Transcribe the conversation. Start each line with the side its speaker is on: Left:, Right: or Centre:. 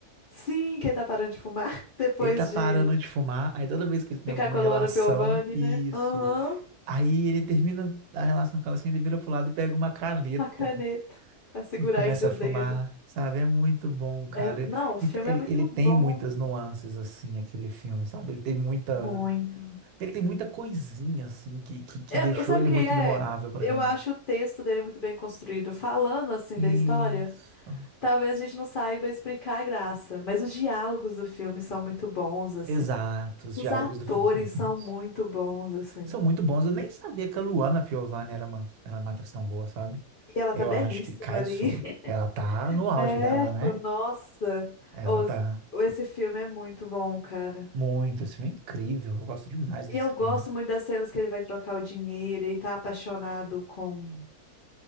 Left: Sim, quem tá parando de fumar <laughs> depois
Right: Ele tá parando
Left: de
Right: de fumar, aí toda vez que ele tem
Left: ficar
Right: alguma
Left: com
Right: relação,
Left: a Luana Piovani,
Right: isso.
Left: né? Aham,
Right: Aí ele termina a relação com ela assim, ele vira pro lado e pega uma caneta
Left: a caneta. Pra segurar
Right: e começa
Left: entre os
Right: a fumar,
Left: dedos.
Right: sabe? É muito bom, cara.
Left: É, não, o filme
Right: Então, ele,
Left: é muito
Right: ele tem
Left: bom,
Right: muitas nuances, assim, aquele filme, sabe? Ele tem muita.
Left: muito.
Right: Ele tem muita coisinha, assim, que, que, que
Left: Eu,
Right: deixou
Left: eu- sabe
Right: ele
Left: o que
Right: muito
Left: é?
Right: memorável pra
Left: Eu
Right: mim.
Left: acho o texto dele muito bem construído. Falando assim
Right: Isso.
Left: da história, talvez a gente não saiba explicar a graça, mas os diálogos do filme são muito bons, assim.
Right: Exato, os
Left: Os
Right: diálogos
Left: atores
Right: do filme são muito
Left: são
Right: bons.
Left: muito bons, assim.
Right: São muito bons. Eu nem sabia que a Luana Piovani era uma, era uma atriz tão boa, sabe?
Left: E ela
Right: Eu
Left: tá belíssima
Right: acho que cai
Left: ali.
Right: super.
Left: <laughs>
Right: Ela tá no auge
Left: É,
Right: dela, né?
Left: pô, nossa.
Right: Ela
Left: Os-
Right: tá
Left: Esse filme é muito bom, cara.
Right: muito. Esse filme é incrível. Eu gosto demais desse
Left: E eu gosto
Right: filme,
Left: muito das cenas que ele vai trocar o dinheiro e tá apaixonado com